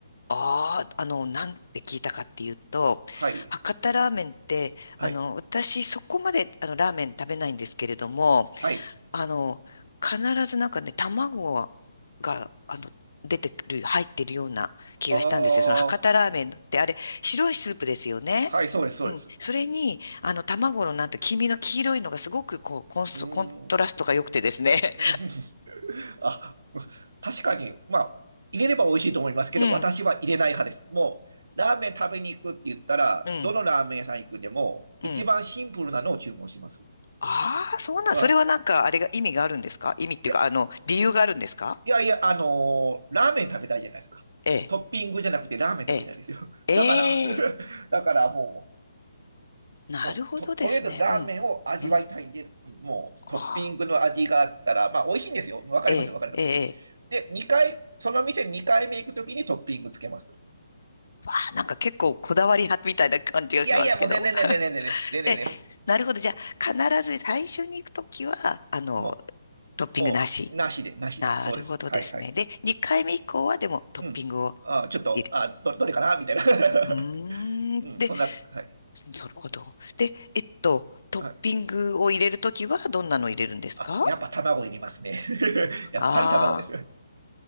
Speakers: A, on the left; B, on the right.
A: ああ、あの、なんて聞いたかっていうと、
B: はい。
A: 博多ラーメンって、
B: はい。
A: あの、私そこまであのラーメン食べないんですけれども、
B: はい。
A: あの、必ずなんかね、卵が、あの、出てくる、入ってるような気がしたんですよ。
B: あ
A: その博多ラーメンって、
B: あ、
A: あれ、白いスープですよね。
B: はい、そうです、そうです。
A: うん。それに、あの、卵のなんて、黄身の黄色いのがすごくこう、コンスト、
B: うー
A: コントラストが良くてですね。
B: ん。うん <laughs> あ、確かに、まあ、入れれば美味しいと思いますけど、
A: <laughs> うん、
B: 私は入れない派です。もう、ラーメン食べに行くって言ったら、
A: うん、
B: どのラーメン屋さん行くでも、
A: うん。
B: 一番シンプルなのを注文します。
A: ああ、そうなん、
B: うん。
A: それはなんか、あれが意味があるんですか意味っていうか、
B: いや、い
A: あの、理由があるんですか
B: やいや、あのーラーメン食べたいじゃないですか。
A: ええ、
B: トッピングじゃなくてラーメン食べたいんですよ。
A: ええ、ええ、
B: だから、<laughs> だからもう、
A: なるほどですね。
B: もうと、とりあえずラーメンを味わいたいんで、
A: うん、うん。
B: もうトッピングの味があったら、
A: ああ
B: まあ美味しいんですよ。わかりますよ、
A: ええ、
B: わかります。
A: ええ、ええ
B: で、2回、その店2回目行くときにトッピングつけます。
A: わあ、なんか結構こだわり派みたいな感じがしますけど。
B: いやいや、もう全然全然全然全然全然全然
A: <laughs> え、なるほど。じゃあ、必ず最初に行くときは、あの、
B: も
A: トッピングなし。
B: う、もう、なしで、なしで、
A: なるほどですね。
B: そうです。はいはい。
A: で、2回目以降はでもトッピングを
B: うん。あ、ちょっと、
A: 入れる。
B: あ、ど、どれかなみたいな。<laughs>
A: うーん。
B: うん、
A: で、
B: そんな、はい。
A: なるほど。で、えっと、トッピングを入れるときはどんなの入れるんですか
B: はい。あ、やっぱ卵いりますね。<laughs> やっぱり卵ですよ。
A: ああー。